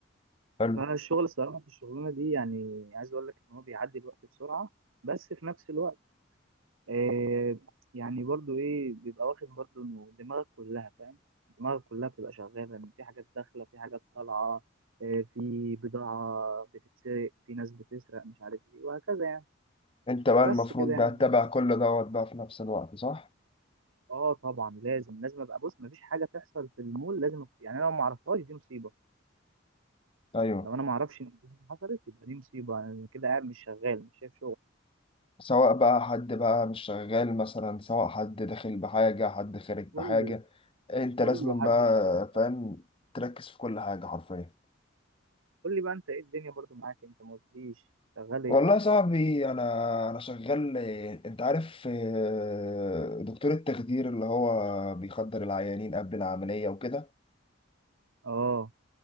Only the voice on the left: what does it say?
حلو
انت بقى
المفروض
بقى تتابع كل دوت بقى في نفس الوقت صح؟
ايوه
سواء بقى حد بقى مش شغال مثلا سواء حد داخل بحاجة حد خارج بحاجة
انت
لازم
بقى
فاهم تركز في كل حاجة حرفيا
والله يا صاحبي انا انا شغال إيه، انت عارف إيه، دكتور التخدير اللي هو بيخدر العيانين قبل العمليه وكده